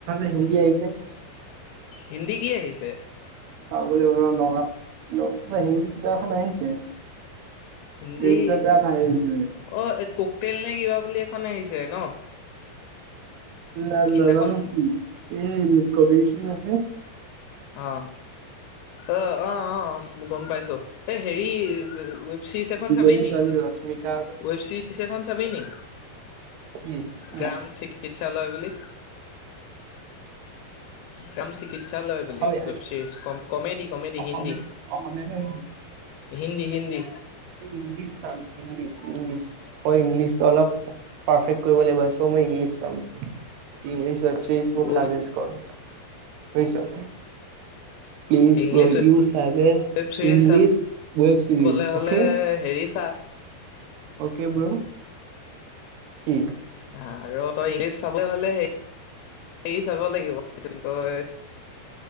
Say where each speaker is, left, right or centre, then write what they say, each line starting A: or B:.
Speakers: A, on the right (about 75°); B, on the left (about 75°).
A: এই হিন্দী আহিছে।
B: হিন্দী কি আহিছে।
A: চাবলৈ বাৰু নাগাওঁত ন হিন্দী কিবা এখন আহিছে।
B: হিন্দী
A: ৰিলচত বেয়া ভাইৰেল হৈ আছে
B: অ কুকটেইল নে কিবা বুলি এখন আহিছে ন।
A: না
B: ইদিনাখন
A: নাজানো জানো কবি বিচন আছে।
B: অ। অ অ অ গম পাইছো এ হেৰি কি ও। চিজ এখন
A: দুজনী
B: চাব নি
A: ছোৱালী ৰশ্মিকা
B: ৱেব চিজ এখন চাব নি।
A: উম উম।
B: গ্ৰাম চিকিৎসালয় বুলি। গ্ৰাম। চিকিৎসালয় বুলি
A: অসমীয়া
B: web series comedy comedy.
A: অসমীয়া
B: Hindi
A: অসমীয়া নে Hindi?
B: Hindi Hindi
A: English. English- English. ইংলিছটো অলপ। পাৰফেক্ট কৰিব লাগিব। চ' মই ইংলিছ চাম। ইংলিশ ৱেব চিৰিজ মোৰ
B: উফ
A: মুকেছ কছ বুজিছ। প্লিজ
B: ইংলিছ
A: ফৰ ইউ চাজেচ
B: ৱেব ছিৰিজ
A: ইংলিছ ৱেব
B: চাবলে
A: চিৰিজ
B: হলে
A: অ'কে?
B: হেৰি চা
A: অকে ব্ৰু। কি?
B: আৰু তই ইংলিছ চাবলৈ হলে। হেৰি চাব লাগিব। সেইটো তই।